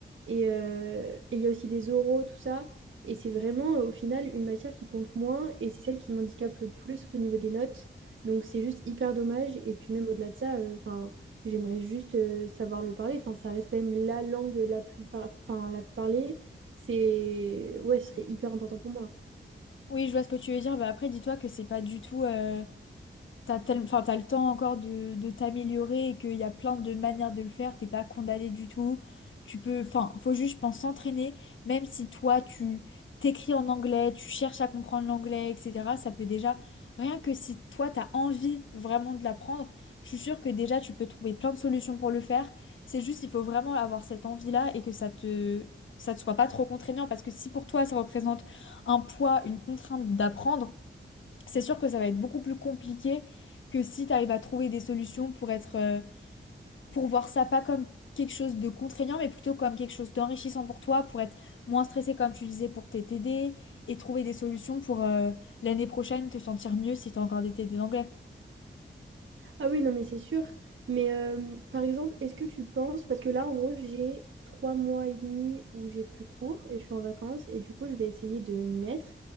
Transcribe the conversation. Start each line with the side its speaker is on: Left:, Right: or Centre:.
Right: Et euh, et il y a aussi des oraux, tout ça. Et c'est vraiment, euh, au final, une matière qui compte moins et c'est celle qui m'handicape le plus au niveau des notes. Donc c'est juste hyper dommage. Et puis même au-delà de ça, euh, enfin, j'aimerais juste euh, savoir le parler. Enfin, ça reste quand même la langue la plus, par- enfin, la plus parlée. C'est... Ouais, ce serait hyper important pour moi.
Left: Oui, je vois ce que tu veux dire. Bah après, dis-toi que c'est pas du tout. euh, T'as tel- enfin, t'as le temps encore de, de t'améliorer et qu'il y a plein de manières de le faire, t'es pas condamné du tout. Tu peux, enfin, faut juste, je pense, s'entraîner, même si toi, tu t'écris en anglais, tu cherches à comprendre l'anglais, etc. Ça peut déjà, rien que si toi, t'as envie vraiment de l'apprendre, je suis sûre que déjà, tu peux trouver plein de solutions pour le faire. C'est juste, il faut vraiment avoir cette envie-là et que ça te, ça te soit pas trop contraignant parce que si pour toi, ça représente un poids, une contrainte d'apprendre, c'est sûr que ça va être beaucoup plus compliqué que si tu arrives à trouver des solutions pour être, euh, pour voir ça pas comme quelque chose de contraignant, mais plutôt comme quelque chose d'enrichissant pour toi, pour être moins stressé, comme tu disais, pour t'aider TD, et trouver des solutions pour euh, l'année prochaine te sentir mieux si tu as encore des TD d'anglais.
Right: Ah oui, non, mais c'est sûr. Mais euh, par exemple, est-ce que tu penses, parce que là, en gros, j'ai trois mois et demi où j'ai plus cours et je suis en vacances, et du coup, je vais essayer de m'y mettre.